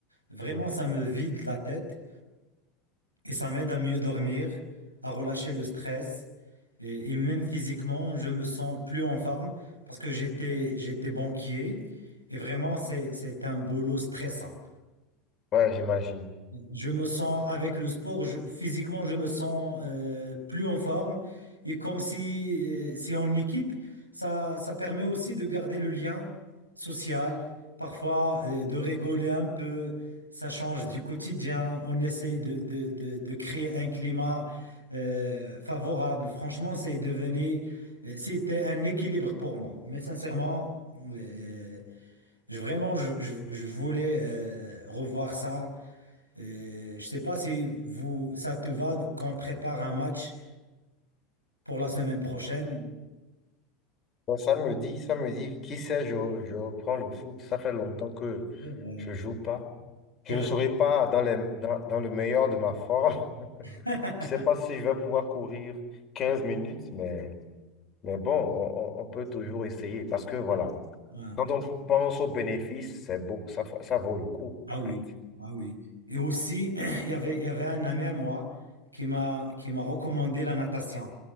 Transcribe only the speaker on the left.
Mm.
Ouais, j'imagine.
Bon, ça me dit, ça me dit, qui sait, je, je reprends le foot. Ça fait longtemps que
je joue pas.
Je ne serai pas dans les, dans, dans le meilleur de ma forme. <laughs>
Je sais pas
si je vais pouvoir courir 15 minutes, mais, mais bon, on, on- on peut toujours essayer parce que voilà.
Quand on pense aux bénéfices, c'est beau, ça, fa- ça vaut le coup,
en
fait.